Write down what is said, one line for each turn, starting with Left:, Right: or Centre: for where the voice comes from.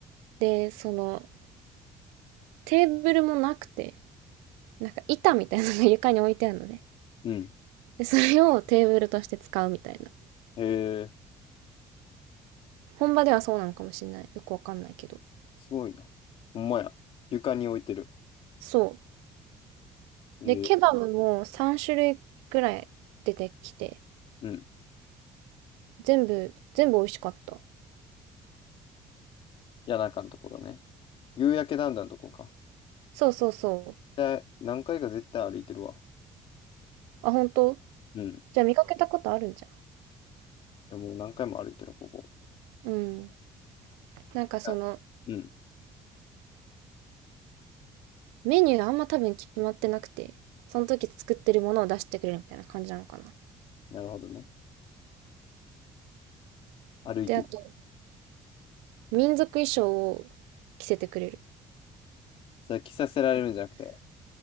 Right: で、その、テーブルもなくて、なんか板みたいなのが床に置いてあるのね。
Left: うん。
Right: で、それをテーブルとして使うみたいな。
Left: へえ、
Right: 本場ではそうなのかもしれない。よくわかんないけど。
Left: すごいな。ほんまや。床に置いてる。
Right: そ
Left: えー、
Right: う。で、ケバブも3種類くらい出てきて、
Left: うん。
Right: 全部、全部美味しかった。
Left: 谷中のところね。夕焼けだんだんのとこか。
Right: そうそうそう。
Left: で、何回か絶対歩いてるわ。
Right: あ、本当
Left: うん。
Right: じゃあ見かけたことあるんじゃ
Left: いやもう何回も歩いてる、ここ。
Right: ん。うん。なんかその、
Left: あうん。
Right: メニューあんま多分決まってなくて、その時作ってるものを出してくれるみたいな感じなのかな。
Left: なるほどね。歩いてい
Right: で、あと、民族衣装を着せてくれる。
Left: それ着させられるんじゃなくて、